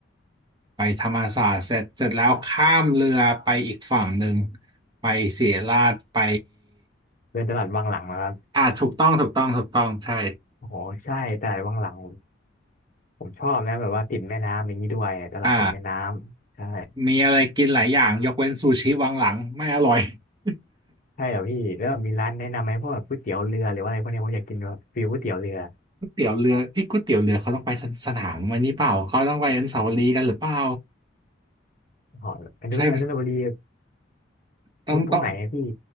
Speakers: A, on the right (about 20°); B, on the left (about 45°).
A: ไปธรรมศาสตร์เสร็จเสร็จแล้วข้ามเรือไปอีกฝั่งหนึ่งไปศิริราชไป
B: เดินตลาดวังหลังนะครับ
A: อ่าถูกต้องถูกต้องถูกต้องใช่
B: โอ้โหใช่ตลาดวังหลัง ผมชอบนะแบบว่าติดแม่น้ำอย่างนี้ด้วยตลาดติดแม่น้ำใช่
A: อ่ามีอะไรกินหลายอย่างยกเว้นซูชิวังหลังไม่อร่อย <laughs>
B: ใช่เหรอพี่แล้วมีร้านแนะนำไหมพวกแบบก๋วยเตี๋ยวเรือหรือว่าอะไรพวกเนี้ยผมอยากกินแบบฟิวก๋วยเตี๋ยวเรือ
A: ก๋วยเตี๋ยวเรือเอ้ยก๋วยเตี๋ยวเรือเขาต้องไปสสนามวันนี้เปล่าเขาต้องไปอนุสาวรีย์กันหรือเปล่า
B: หออนุอนุสาวรีย์
A: ใช่ต้องต้อง
B: ตรงตรงไหนอะพี่